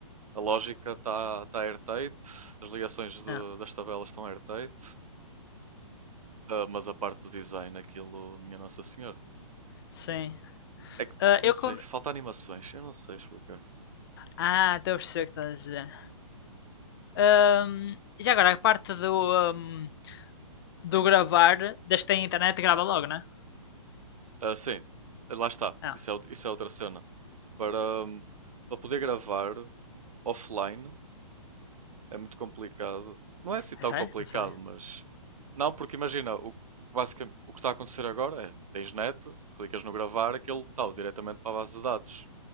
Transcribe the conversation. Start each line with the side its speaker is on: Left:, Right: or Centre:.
Right: A lógica está tá airtight, as ligações do-
Left: não.
Right: das tabelas estão airtight, ah, mas a parte do design, aquilo, minha Nossa Senhora.
Left: Sim.
Right: É que, t-
Left: Ah,
Right: não
Left: eu.
Right: sei,
Left: con-
Right: falta animações, eu não sei explicar.
Left: Ah, então eu sei o que estás a dizer. Ahm, já agora, a parte do, ahm, do gravar, desde que tem internet, grava logo, né?
Right: Ah, sim, lá está,
Left: Não.
Right: isso é, o- isso é outra cena. Para, hum, para poder gravar offline é muito complicado. Não é assim tão
Left: É sério?
Right: complicado,
Left: Não sabia.
Right: mas. Não, porque imagina, o, o que basicam- o que está a acontecer agora é: tens net, clicas no gravar, aquilo está diretamente para a base de dados.